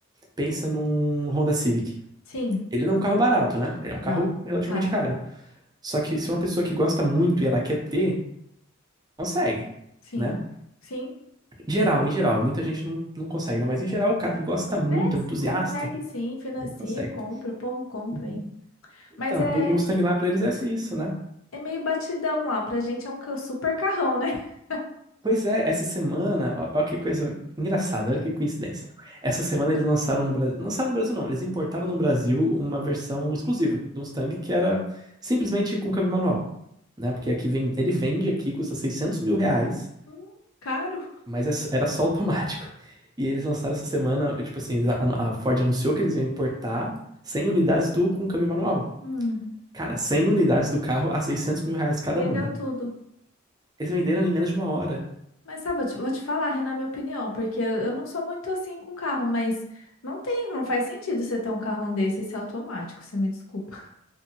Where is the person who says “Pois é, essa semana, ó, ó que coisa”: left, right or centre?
Right